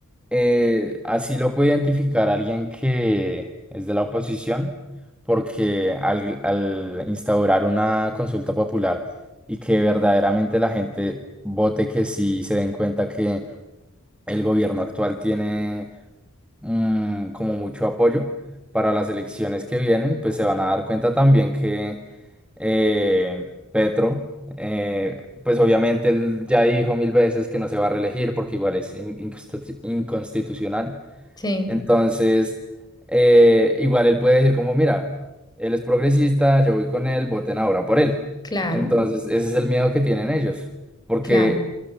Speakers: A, in the centre; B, on the left.
A: eh, así lo puede identificar alguien que es de la oposición, porque al, al instaurar una consulta popular y que verdaderamente la gente vote que sí y se den cuenta que el gobierno actual tiene mm, como mucho apoyo para las elecciones que vienen, pues se van a dar cuenta también que eh, Petro, eh, pues obviamente él ya dijo mil veces que no se va a reelegir porque igual es in- inconstitu- inconstitucional.
B: Sí,
A: Entonces, eh, igual él puede decir como, mira, él es progresista, yo voy con él, voten ahora por él.
B: claro,
A: Entonces, ese es el miedo que tienen ellos, porque
B: claro.